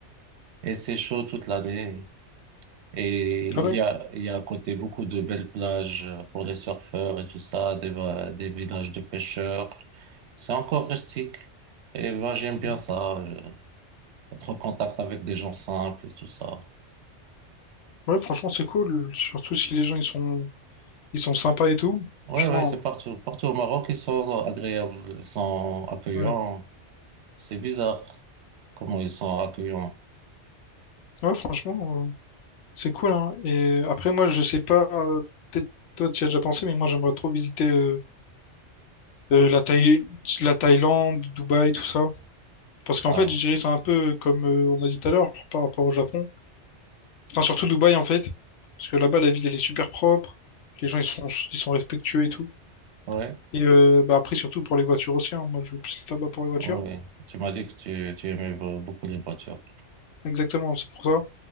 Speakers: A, on the right (about 70°); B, on the left (about 80°).
A: Et c'est chaud toute l'année. Et
B: Ah ouais?
A: il y a, il y a à côté beaucoup de belles plages pour les surfeurs et tout ça, des, va- des villages de pêcheurs. C'est encore rustique. Et moi, j'aime bien
B: Mhm.
A: ça, euh, être en contact avec des gens simples et tout ça.
B: Ouais, franchement, c'est cool. Surtout si les gens, ils sont, ils sont sympas et tout.
A: Ouais,
B: Franchement,
A: ouais, c'est partout. Partout au Maroc, ils sont agréables, ils sont accueillants.
B: ouais.
A: C'est bizarre comment ils sont accueillants.
B: Ouais, franchement, euh, c'est cool, hein. Et après, moi, je sais pas, euh, peut-être toi, tu y as déjà pensé, mais moi, j'aimerais trop visiter euh, euh, la Thaï- la Thaïlande, Dubaï, tout ça. Parce qu'en
A: Ah,
B: fait, je dirais c'est un peu comme euh, on a dit tout à l'heure par rapport au Japon. Enfin, surtout Dubaï en fait. Parce que là-bas, la ville, elle est super propre. Les gens, ils sont, ils sont respectueux et tout.
A: ouais.
B: Et euh, bah, après, surtout pour les voitures aussi. hein. Moi, je vais plus là-bas pour les voitures.
A: Oui, tu m'as dit que tu, tu aimais be- beaucoup les voitures.
B: Exactement, c'est pour ça.